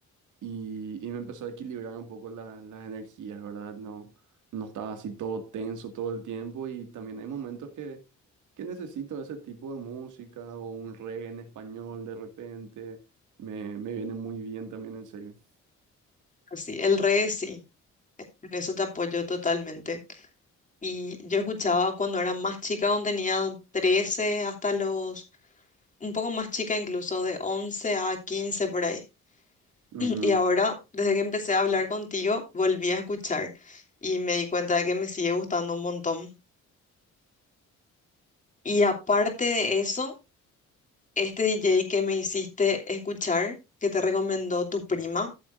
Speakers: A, on the right; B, on the left.
A: y, y me empezó a equilibrar un poco la- las energías, ¿verdad? No, no estaba así todo tenso todo el tiempo y también hay momentos que, que necesito ese tipo de música o un reggae en español de repente, me, me viene muy bien también, en serio.
B: sí, el reggae sí. En eso te apoyo totalmente. Y yo escuchaba cuando era más chica, cuando tenía 13 hasta los, un poco más chica incluso, de 11 a 15 por ahí.
A: Ujú,
B: <clears throat> Y ahora, desde que empecé a hablar contigo, volví a escuchar y me di cuenta de que me sigue gustando un montón. Y aparte de eso, este DJ que me hiciste escuchar, que te recomendó tu prima,